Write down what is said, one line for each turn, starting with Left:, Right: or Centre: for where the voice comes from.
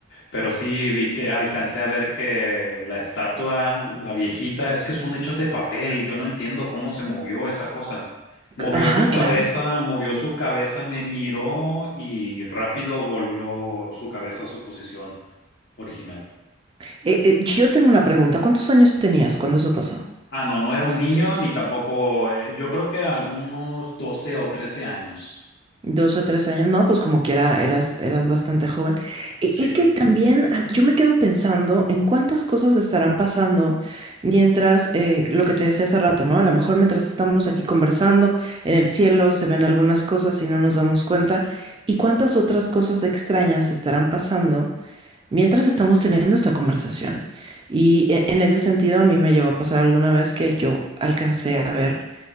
Left: Pero sí vi que alcancé a ver que la estatua, la viejita, es que son hechos de papel, yo no entiendo cómo se movió esa cosa. Movió
Right: Ajá,
Left: su
Right: claro.
Left: cabeza, movió su cabeza, me miró y rápido volvió su cabeza a su posición original.
Right: Eh, eh, yo tengo una pregunta. ¿Cuántos años tenías cuando eso pasó?
Left: Ah, no, no era un niño ni tampoco, eh, yo creo que algunos 12 o 13 años.
Right: Dos o tres años, no, pues como quiera,
Left: Sí.
Right: eras, eras bastante joven. E-
Left: Sí.
Right: Es que también ah, yo me quedo pensando en cuántas cosas estarán pasando mientras, eh, lo que te decía hace rato, ¿no? A lo mejor mientras estamos aquí conversando, en el cielo se ven algunas cosas y no nos damos cuenta, y cuántas otras cosas extrañas estarán pasando mientras estamos teniendo esta conversación. Y e- en ese sentido, a mí me llegó a pasar alguna vez que yo alcancé a ver